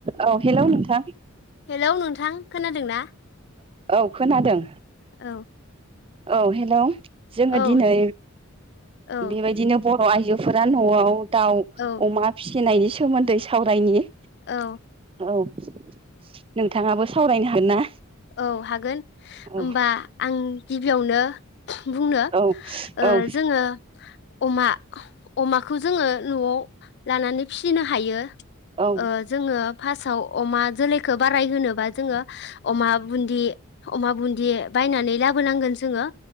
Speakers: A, on the right; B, on the left.
A: औ हेलौ नोंथां।
B: हेलौ नोंथां खोनादों ना?
A: ओ औ खोनादों।
B: औ
A: औ हेल जोङो
B: औ
A: दिनै
B: औ
A: बेबायदिनो बर आइजोफोरा नआव दाउ
B: औ
A: अमा फि फिसिनायनि सोमोन्दै सावरायनि औ
B: औ
A: नों नोंथाङाबो सावरायनो हागोन ना?
B: औ हागोन
A: औ
B: ओमबा आं गिबियावनो बुं नो
A: औ
B: ओ
A: औ
B: जोङो अमा अमाखौ जोङो नआव लानानै फिसिनो हायो
A: औ
B: ओ जोङो फार्स्टआव अमा जोलैखौ बा ट्राइ होनोबा जोङो अमा बुन्दि अमा बुन्दि बायनानै लाबोनांगोन जोङो